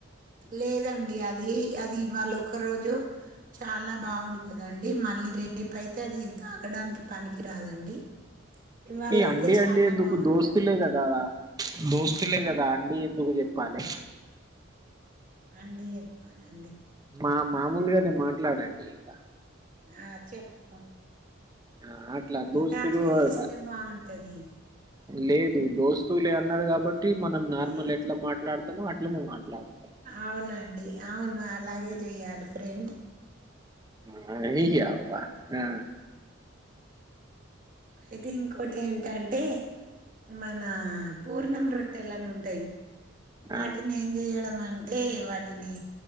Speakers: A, on the right; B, on the right.
A: లేదండి అది అది ఇవాళ ఒక రోజు చాలా బాగుంటదండి మళ్ళీ రేపు అయితే అది అది ఇది తాగడానికి పనికి రాదండి ఇవాళయితే
B: ఈ అండి
A: చాలా
B: అండి ఎందుకు
A: బాగుంటది
B: దోస్తులే కదా దోస్తులే
A: ఆ!
B: కదా అండి ఎందుకు చెప్ పాలే
A: అండి చెప్పాలండి
B: మా మామూలుగానే మాట్లాడండి ఇడ
A: ఆ చెప్పు
B: ఆ అట్లా
A: అయితే
B: దోస్తులు
A: అట్లా
B: ఆ
A: చేస్తే బాగుంటది.
B: లేదు దోస్త్ స్తులే అన్నారు కాబట్టి మనం నార్మల్
A: ఆ!
B: ఎట్లా మాట్లాడతామో అట్లనే మాట్లాడతాం
A: అవునండి. అవును అలాగే చెయ్యాలి ఫ్రెండ్
B: హరి యవ్వ ఆ
A: అయితే ఇంకోటి ఏంటంటే మన పూర్ణం రొట్టెలని ఉంటాయి వాటిని
B: ఆ.
A: ఏం చేయడం అంటే టే వాటిని